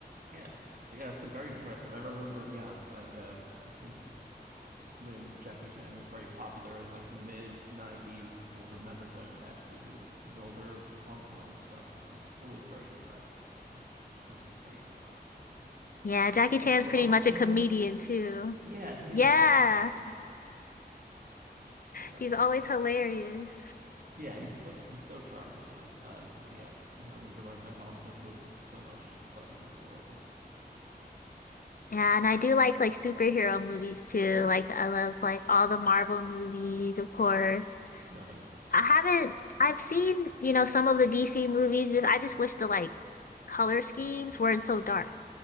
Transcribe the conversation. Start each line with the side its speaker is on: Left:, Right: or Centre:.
Right: Yeah. Yeah, it's a very impressive. I remember, yeah, like um I think when Jackie Chan was very popular in like the mid 90s, I remember going back through his his older Hong Kong stuff and I was always very impressed. He's does some great stuff.
Left: Yeah, Jackie
Right: Like, was
Left: Chan's
Right: Bronx
Left: pretty much
Right: Tale
Left: a comedian
Right: one of his?
Left: too.
Right: Yeah, he
Left: Yeah.
Right: is. He's so funny. Yeah, that
Left: He's
Right: was
Left: always
Right: great.
Left: hilarious.
Right: yeah, he's so he's so charming too. Um, yeah, no wonder my, my mom took to him t- so much. She thought he was adorable.
Left: Yeah, and I do like like superhero movies too. Like I love like all the Marvel movies, of course.
Right: Nice.
Left: I haven't I've seen, you know, some of the DC movies. Just I just wish the like color schemes weren't so dark
Right: Yeah,